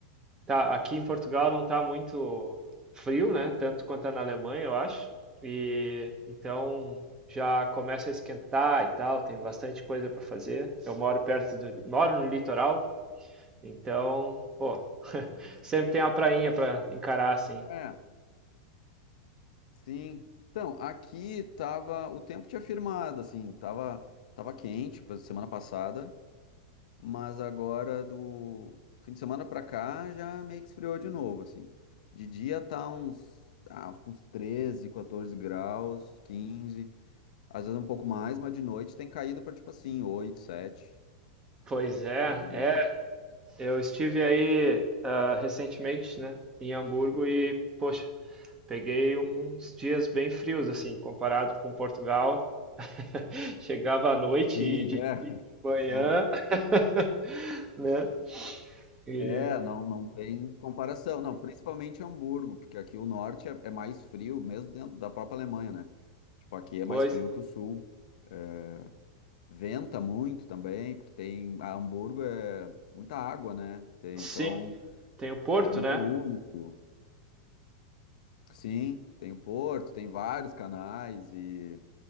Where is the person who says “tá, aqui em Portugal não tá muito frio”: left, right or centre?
Right